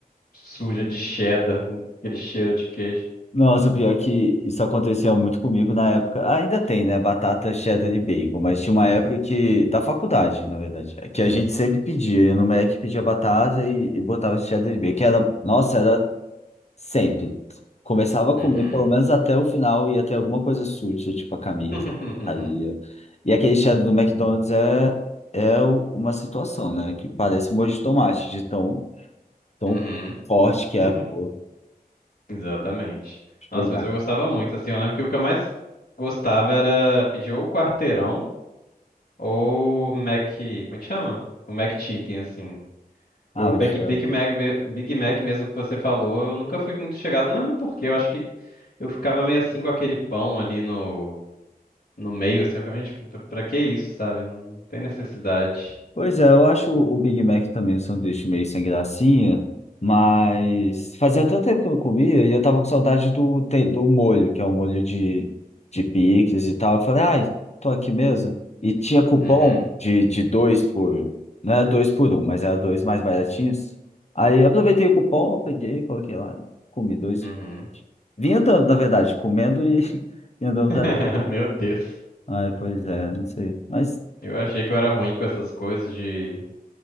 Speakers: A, on the left; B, on the left.
A: suja de cheddar, com aquele cheiro de queijo.
B: Nossa, pior que isso acontecia muito comigo na época. Ainda tem, né? Batata, cheddar e bacon, mas tinha uma época que, da faculdade, na verdade, que a gente sempre pedia. Eu no Mac pedia batata e, e botava cheddar e bacon. que Era, nossa, era Sempre. Começava a comer,
A: Uhum.
B: pelo menos até o final, ia ter alguma coisa suja, tipo a camisa.
A: <laughs>
B: Aí, e aquele cheddar do McDonald's é, é o- uma situação, né? Que parece molho de tomate, de tão, tão
A: Uhum.
B: forte que é
A: <laughs>
B: a cor.
A: Exatamente.
B: Deixa
A: Nossa,
B: eu pegar.
A: mas eu gostava muito, assim, eu lembro que o que eu mais gostava era pedir ou quarteirão ou Mac, como é que chama? O Mac Chicken, assim.
B: Ah,
A: O
B: o
A: Big,
B: de frango.
A: Big Mac, me- Big Mac mesmo que você falou, eu nunca fui muito chegado, não lembro por quê, eu acho que Eu ficava meio assim com aquele pão ali no, no meio, assim, eu ficava, gente, pra, pra que isso, sabe? Não tem necessidade.
B: Pois é, eu acho o Big Mac também um sanduíche meio sem gracinha, mas fazia tanto tempo que eu não comia e eu tava com saudade do, te- do molho, que é um molho de, de picles e tal. Eu falei, ai, tô aqui mesmo. E tinha cupom
A: Uhum,
B: de, de dois por, não era dois por um, mas era dois mais baratinhos. Aí eu aproveitei o cupom, peguei, coloquei lá, comi dois.
A: uhum.
B: Vim andando, na verdade, comendo e, <laughs> e andando
A: <laughs>
B: pra cá.
A: Meu Deus.
B: Ai, pois é, não sei. Mas,
A: Eu achei que eu era ruim com essas coisas de